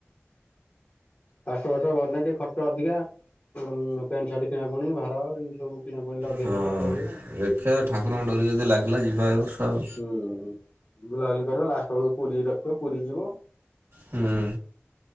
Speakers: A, on the left; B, on the right.
A: ଫାଷ୍ଟ ବର୍ଷ ଗଲେ ଟିକେ ଖର୍ଚ୍ଚ ଅଧିକା, ଉମ୍ ପ୍ୟାଣ୍ଟ ସାର୍ଟ କିଣାକୁଣି, ଭାର, ଏଇ ସବୁ ବୁଲିଲେ ଅଧିକ
B: ହଁ
A: ଟିକେ ଖର୍ଚ୍ଚ ହେଇଯିବ
B: ଦେଖିବା ଠାକୁରଙ୍କ ଡୋରି ଯଦି ଲାଗିଲା ଯିବା ଏ ବର୍ଷ ଆଉ।
A: ହୁଁ ବୁଲାବୁଲି କରିବା ଲାଷ୍ଟ ବେଳକୁ ପୁରୀ ର ପୁରୀ ଯିବ
B: ହୁଁ।